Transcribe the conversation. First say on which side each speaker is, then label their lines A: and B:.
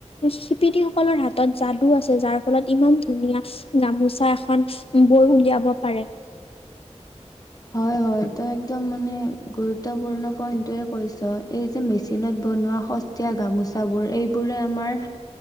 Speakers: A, on the left; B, on the left.
A: শিপিনীসকলৰ হাত তত যাদু আছে যাৰ ফলত ইমান ধুনীয়া গামোচা এখন বৈ উলিয়াব পাৰে।
B: হয়, হয় ত একদম মানে গুৰুত্বপূৰ্ণ পইন্ট কৈছ এই যে মেচিনত বনোৱা স এতিয়া গামোচ বোৰ এইবোৰে আমাৰ